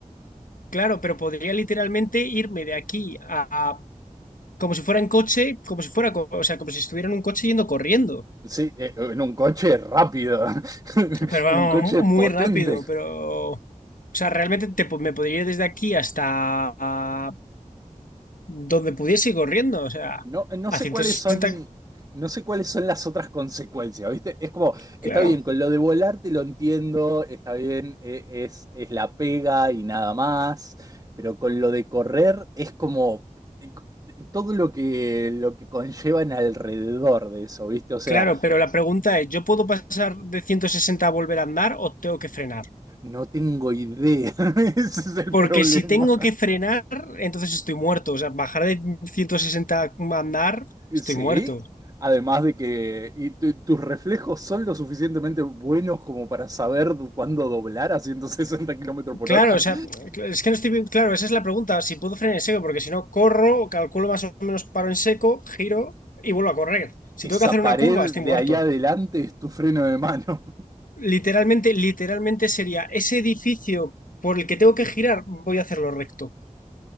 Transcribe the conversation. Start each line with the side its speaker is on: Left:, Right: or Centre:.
Left: claro, pero podría literalmente irme de aquí a, a- como si fuera en coche, como si fuera, co- o sea, como si estuviera en un coche yendo corriendo.
Right: Sí, eh, en un coche rápido, <laughs>
Left: Pero vamos,
Right: en un coche
Left: mu-
Right: potente.
Left: muy rápido, pero... O sea, realmente te, po- me podría ir desde aquí hasta ah, donde pudiese ir corriendo, o sea,
Right: No, no
Left: a
Right: sé
Left: ciento
Right: cuáles
Left: sesenta
Right: son, no sé cuáles son las otras consecuencias, ¿viste? Es como,
Left: claro,
Right: está bien, con lo de volar te lo entiendo, está bien, e- es, es la pega y nada más, pero con lo de correr es como eh, todo lo que, lo que conllevan alrededor de eso, ¿viste? O sea,
Left: claro, pero la pregunta es, ¿yo puedo pasar de 160 a volver a andar o tengo que frenar?
Right: no tengo idea, <laughs> ese es el
Left: Porque
Right: problema.
Left: si tengo que frenar, entonces estoy muerto, o sea, bajar de 160 a andar, estoy
Right: Sí,
Left: muerto.
Right: además de que y tu- tus reflejos son lo suficientemente buenos como para saber cuándo doblar a 160 kilómetros por
Left: Claro,
Right: hora.
Left: o sea, es que no estoy bien, claro, esa es la pregunta, si puedo frenar en seco, porque si no corro, calculo más o menos paro en seco, giro y vuelvo a correr. Si
Right: Esa
Left: tengo que hacer
Right: pared
Left: una curva, estoy
Right: de
Left: muerto.
Right: ahí adelante es tu freno de mano.
Left: Literalmente, literalmente sería ese edificio por el que tengo que girar, voy a hacerlo recto